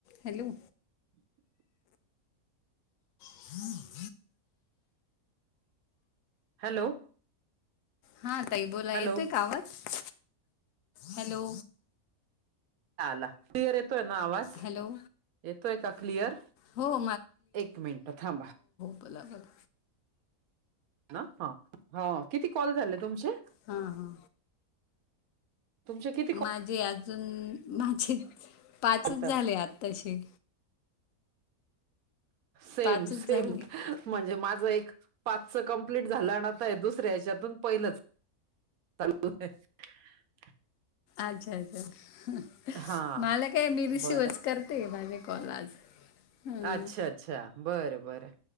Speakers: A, on the left; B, on the right.
A: Hello.
B: <inaudible>
A: <inaudible>
B: Hello.
A: हा तई बोला
B: हॅलो
A: येतोय कावत हॅलो.
B: ला क्लिअर येतोय ना आवाज.
A: हॅलो
B: येतोय का क्लिअर
A: हो
B: एक मिनट थांबा.
A: बलावल.
B: ना ह ह किती कॉल झाले तुमचे.
A: हा हा.
B: तुमचे किती
A: माझे अजून माझे पाचच
B: कॉल
A: झाले आता तसे.
B: सेम
A: पाचच
B: सेम.
A: झाले
B: म्हणजे माझं एक पाच कंप्लीट झालं आणिता आहे दुसर्या हच्यातून पहिलंच. <unintelligible>
A: अच्छा अच्छा
B: हा
A: मला काय बीबीसी
B: बरं
A: वच करते माझे कॉल आज. हां
B: अच्छा अच्छा बरं बरं